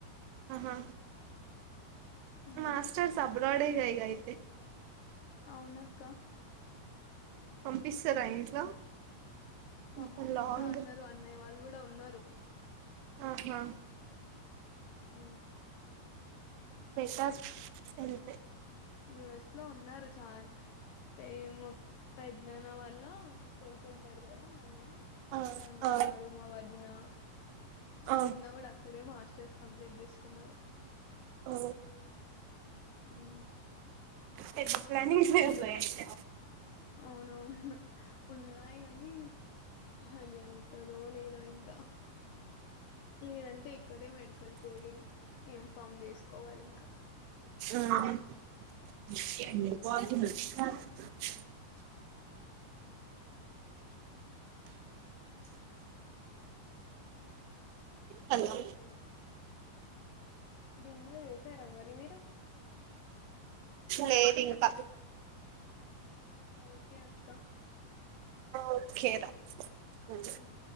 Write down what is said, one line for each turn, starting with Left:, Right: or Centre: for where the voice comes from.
Right: ఆహా
Left: మ్మ్
Right: మాస్టర్స్ సబ్. గోడింగ్ జై ఐతే.
Left: అవునక్క.
Right: పంపిస్తరా ఇంట్లో.
Left: పంపిస్తా
Right: ఇంత లాంగ్
Left: అన్నరు. అన్నయ్య వాళ్ళు. గుడ ఉన్నరు.
Right: ఆహా
Left: ఉ
Right: బెటర్ ఎంతె
Left: ఈ వయసులో ఉన్నారు చా ఏమో పెదనాన్న వాళ్ళ కొడుకు ఉంటారు కదా అన్నయ్య
Right: ఆ
Left: తను
Right: ఆ
Left: ఉన్నాడు మా వదిన మా
Right: ఆ
Left: వదిన కూడా అక్కడే మాస్టర్స్ కంప్లీట్ చేసుకున్నారు
Right: ఓ
Left: ఉమ్
Right: పెద్ద ప్లానింగే అట్లా అయితే
Left: అవునవును ఉన్నాయి కాని అది ఆయితదో లేదో ఇంకా లేదంటే ఇక్కడే మెడికల్ కోడింగ్ ఇన్ఫామ్ చేసుకోవాలి ఇంకా
Right: ఉ అ పో నారు హలో
Left: డిన్నర్ చేసారా మరి మీరు
Right: లేదు ఇంకా
Left: ఓకే అక్కా
Right: ఓకేరా ఉ
Left: ఉమ్